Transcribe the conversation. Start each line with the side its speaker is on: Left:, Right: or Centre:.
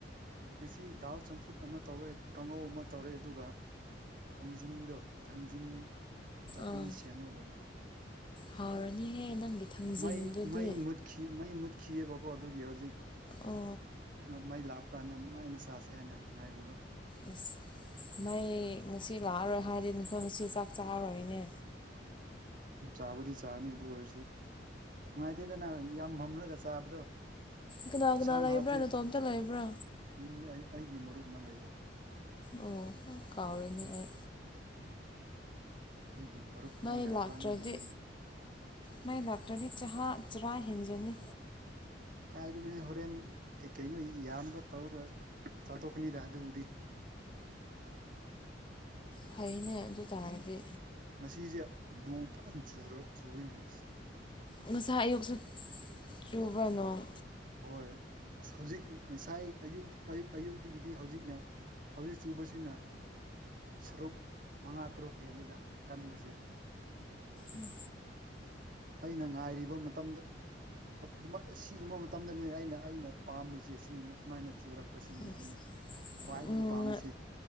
Right: ꯉꯁꯤ ꯗꯥꯜ ꯆꯝꯐꯨꯠ ꯑꯃ ꯇꯧꯔꯦ ꯀꯥꯡꯉꯧ ꯑꯃ ꯇꯧꯔꯦ ꯑꯗꯨꯒ ꯊꯥꯡꯖꯤꯡꯗꯣ ꯊꯥꯡꯖꯤꯡ ꯆꯥꯇꯅꯤ
Left: ꯑꯥ
Right: ꯁꯦꯝꯃꯒ ꯂꯩ
Left: ꯍꯥꯎꯔꯅꯤꯍꯦ ꯅꯪꯒꯤ ꯊꯥꯡꯖꯤꯡꯗꯨꯗꯤ
Right: ꯃꯩ ꯃꯩ ꯃꯨꯠꯈꯤ ꯃꯩ ꯃꯨꯠꯈꯤꯑꯦꯕꯀꯣ ꯑꯗꯨꯒꯤ ꯍꯧꯖꯤꯛ
Left: ꯑꯣ
Right: ꯃꯩ ꯂꯥꯛꯄꯀꯥꯟꯗ ꯅꯨꯡꯉꯥꯏꯅ ꯆꯥꯁꯦ ꯍꯥꯏꯅ ꯉꯥꯏꯔꯨꯔꯣ
Left: ꯑꯁ ꯃꯩ ꯉꯁꯤ ꯂꯥꯛꯑꯔꯣꯏ ꯍꯥꯏꯗꯤ ꯅꯈꯣꯏ ꯉꯁꯤ ꯆꯥꯛ ꯆꯥꯔꯔꯣꯏꯅꯦ
Right: ꯆꯥꯕꯨꯗꯤ ꯆꯥꯅꯤ ꯑꯗꯨ ꯑꯣꯏꯔꯁꯨ ꯅꯨꯡꯉꯥꯏꯇꯦꯗꯅ ꯌꯥꯝ ꯃꯝꯂꯒ ꯆꯥꯕꯗꯣ
Left: ꯀꯅꯥ
Right: ꯏꯟꯁꯥꯡ
Left: ꯀꯅꯥ ꯂꯩꯕ꯭ꯔꯥ
Right: ꯍꯥꯎꯇ꯭ꯔꯤ
Left: ꯅꯇꯣꯝꯇ ꯂꯩꯕ꯭ꯔꯥ
Right: ꯃꯤ ꯑꯩꯒꯤ ꯃꯔꯨꯞ ꯑꯃ ꯂꯩꯌꯦ
Left: ꯑꯣ ꯀꯥꯎꯔꯤꯅꯤ ꯑꯩ
Right: ꯑꯩꯒꯤ ꯃꯔꯨꯞ ꯑꯃꯒ
Left: ꯃꯩ ꯂꯥꯛꯇ꯭ꯔꯗꯤ
Right: ꯏꯕꯥꯅꯤ ꯂꯩꯃꯤꯟꯅꯦ
Left: ꯃꯩ ꯂꯥꯛꯇ꯭ꯔꯗꯤ ꯆꯍꯥ ꯆꯔꯥ ꯍꯦꯟꯖꯅꯤ
Right: ꯀꯥꯏꯗꯩꯅꯣ ꯍꯦ ꯍꯣꯔꯦꯟ ꯀꯩꯀꯩꯅꯣ ꯌꯥꯅꯕ ꯇꯧꯔꯒ ꯆꯥꯊꯣꯛ ꯀꯅꯤꯗ ꯑꯗꯨꯕꯨꯗꯤ
Left: ꯐꯩꯅꯦ ꯑꯗꯨ ꯇꯥꯔꯗꯤ
Right: ꯉꯁꯤꯁꯦ ꯅꯣꯡ ꯐꯖꯅ ꯆꯨꯔꯤꯅꯦ
Left: ꯉꯁꯥꯏ ꯑꯌꯨꯛꯁꯨ ꯆꯨꯕ ꯅꯣꯡ
Right: ꯍꯣꯏ ꯑꯁ ꯍꯧꯖꯤꯛ ꯉꯁꯥꯏ ꯑꯌꯨꯛ ꯑꯌꯨꯛꯇꯒꯤꯗꯤ ꯍꯧꯖꯤꯛꯅ ꯍꯧꯖꯤꯛ ꯆꯨꯕꯁꯤꯅ ꯁꯔꯨꯛ ꯃꯉꯥ ꯇꯔꯨꯛ ꯍꯦꯜꯂꯤꯗ ꯀꯟꯕꯖꯦ
Left: ꯎꯝ
Right: ꯑꯩꯅ ꯉꯥꯏꯔꯤꯕ ꯃꯇꯝꯗꯣ ꯑꯗꯨꯃꯥꯏ ꯁꯤꯒꯨꯝꯕ ꯃꯇꯝꯗꯅꯤꯅꯦ ꯑꯩꯅ ꯑꯩꯅ ꯄꯥꯝꯂꯤꯁꯦ ꯁꯤꯒꯨꯝꯕ ꯑꯨꯃꯥꯏꯅ ꯆꯨꯔꯛ ꯄꯁꯤꯅꯤꯅ
Left: ꯌꯦꯁ
Right: ꯑꯩꯅ ꯈ꯭ꯋꯥꯏꯗꯒꯤ
Left: ꯎꯝ
Right: ꯄꯥꯝꯃꯤꯁꯦ